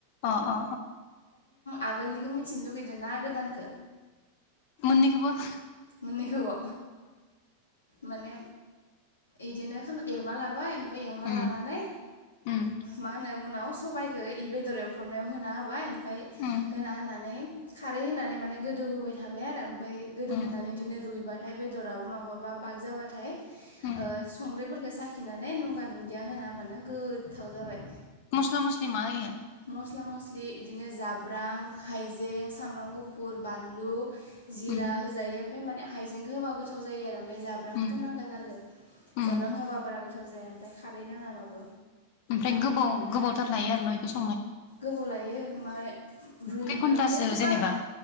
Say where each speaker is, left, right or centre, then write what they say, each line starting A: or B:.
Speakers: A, on the left; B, on the left.
A: अ अ।
B: आगोलनिखौ मिथिनो लुगैदोंना गोदानखो?
A: मोन्नैखोबो।
B: मोन्नैखौबो। माने इदिनो एवना लाबाय ओमफाय एवना
A: उम
B: लानानै
A: उम
B: मा होनो उनाव सबायखौ इ बेदरायाव एवफ्रामनायाव होना होबाय ओमफाय
A: उम
B: होना होनानै खारै होनानै माने गोदौहोबाय थाबाय आरो ओमफ्राय गोदौ
A: उम
B: होनानै रुइबाथाय बेदराबो माबाबा पाग जाबाथाय ओ
A: उम
B: संग्रिफोरखौ साखिनानै नगा दुन्दिया होनाबानो गोथाव जाबाय।
A: मस्ला मस्लि मा होयो?
B: मस्ला मस्लि इदिनो जाब्रां, हाइजें, सामब्राम गुफुर, बानलु, जिरा
A: उम
B: होजायो ओमफ्राय माने हाइजेंखौ होबा गोथाव जायो आरो ओमफ्राय जाब्रांखौथ'
A: उम
B: नांखाथारगोन
A: उम
B: जाब्रां होआबा बारा गोथाव जाया ओमफ्राय खारै नाङाबाबो।
A: ओमफ्राय गोबाव गोबावथार लायो आरो न बेखौ सं
B: गोबाव लायो मा रुइनो
A: खै घन्टासो
B: माने खुखार
A: जेनेबा